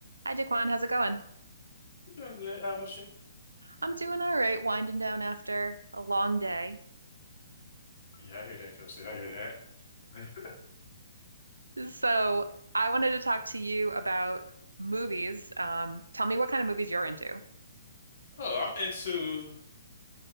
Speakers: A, on the right; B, on the left.
A: Hi, Daquan. How's it going?
B: I'm doing good. How about you?
A: I'm doing all right, winding down after a long day. <laughs>
B: Yeah, I hear that, Kelsey. I hear that. <laughs>
A: So, I wanted to talk to you about movies. Um, tell me what kind of movies you're into.
B: Oh, I'm into